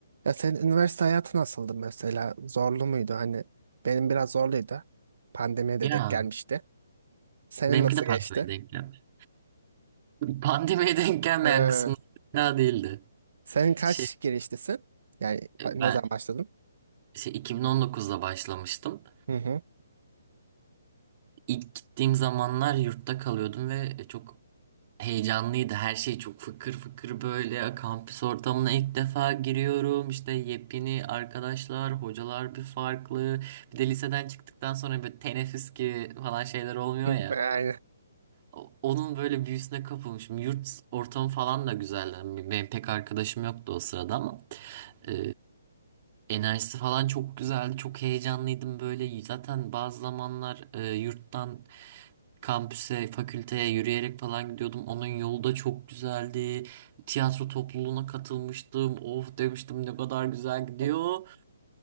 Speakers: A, on the right (about 60°); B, on the right (about 35°).
A: Ya senin üniversite hayatı nasıldı mesela? Zorlu muydu? Hani benim biraz zorluydu. Pandemiye de
B: Ya
A: denk gelmişti. Senin
B: benimki
A: nasıl
B: de pandemiye
A: geçti?
B: denk gelmiş. Pandemiye denk gelmeyen
A: Ha,
B: kısmı daha değildi.
A: senin kaç
B: Şey
A: girişlisin? Yani ba-
B: ben
A: ne zaman başladın?
B: şey 2019'da başlamıştım.
A: Hı hı.
B: İlk gittiğim zamanlar yurtta kalıyordum ve çok heyecanlıydı. Her şey çok fıkır fıkır böyle. Kampüs ortamına ilk defa giriyorum. İşte yepyeni arkadaşlar, hocalar bir farklı. Bir de liseden çıktıktan sonra böyle teneffüs gibi falan şeyler olmuyor
A: <laughs>
B: ya.
A: Hı, Yani
B: O- Onun böyle büyüsüne kapılmışım. Yurt ortamı falan da güzeldi. Yani Benim pek arkadaşım yoktu o sırada ama e, enerjisi falan çok güzeldi. Çok heyecanlıydım böyle. Zaten bazı zamanlar e, yurttan kampüse, fakülteye yürüyerek falan gidiyordum. Onun yolu da çok güzeldi. Tiyatro topluluğuna katılmıştım. Of demiştim ne kadar güzel gidiyor.
A: hı,